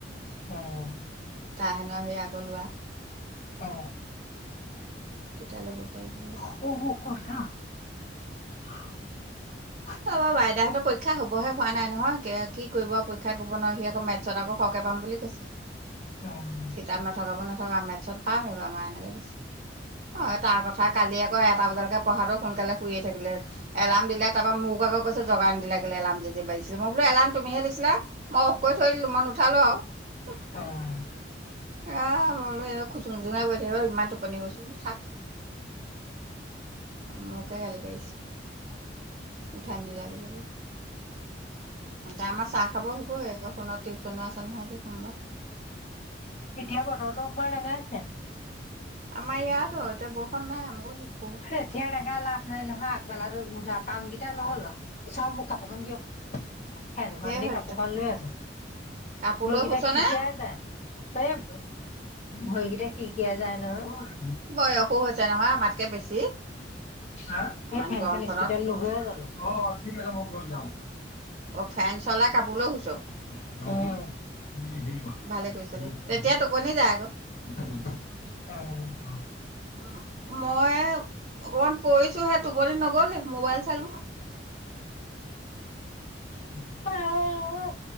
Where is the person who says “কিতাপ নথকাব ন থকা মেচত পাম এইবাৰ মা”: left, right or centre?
Right